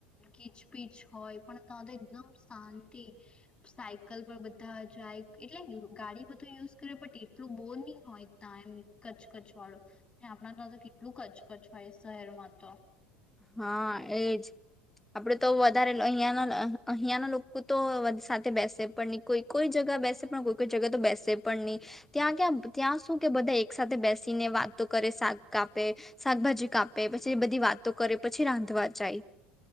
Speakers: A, on the left; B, in the centre.
A: કીચ પીચ હોય પણ ત્યાં તો એકદમ શાંતિ સાયકલ પર બધા જાય એટલે ગાડી બધું યુઝ કરે બટ એટલું બોર ની હોય ત્યાં એમ કચકચ વાળો ને આપણા તા તો કેટલું કચકચ હોય શહેરમાં તો
B: હા એજ આપડે તો વધારે લ અહિયાંયાના અહ અહિયાના લોકો તો વધ સાથે બેસે પણ ની કોઈ કોઈ જગા બેસે પણ કોઈ કોઈ જગા તો બેસે પણ નહી ત્યાં ક્યા ત્યાં શું કે બધા એક સાથે બેસીને વાતો કરે શાક કાપે શાકભાજી કાપે પછી બધી વાતો કરે પછી રાંધવા જાય.